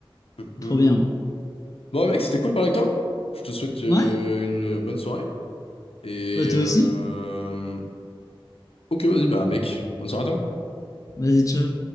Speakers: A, on the left; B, on the left.
A: Mm, mm.
B: trop bien.
A: Bon, mec, c'était cool de parler avec toi. Je te souhaite euh,
B: Ouais,
A: une bonne soirée. Et.
B: bah toi
A: euh,
B: aussi.
A: Ok, vas-y, bah, mec, bonne soirée à toi.
B: Vas-y, ciao.